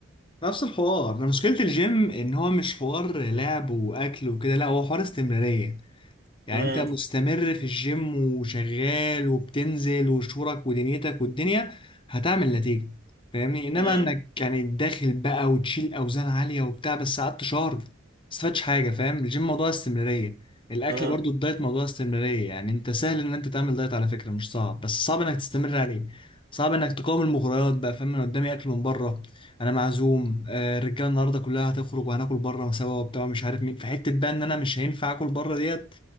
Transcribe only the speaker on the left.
نفس الحوار انا مشكله الجيم ان هو مش حوار لعب واكل وكده لا هو حوار استمراريه يعني
انت مستمر في الجيم وشغال وبتنزل وشورك ودنيتك والدنيا هتعمل نتيجة فاهمني انما
انك يعني داخل بقى وتشيل اوزان عالية وبتاع بس قعدت شهر ما استفادش حاجة فاهم الجيم موضوع استمرارية الاكل
برضو الدايت موضوع استمرارية يعني انت سهل ان انت تعمل دايت على فكرة مش صعب بس صعب انك تستمر عليه صعب انك تقاوم المغريات بقى فاهم انا قدامي اكل من بره انا معزوم آه، الرجاله النهارده كلها هتخرج وهناكل بره سوا وبتاع مش عارف مين في حته بقى ان انا مش هينفع اكل بره ديت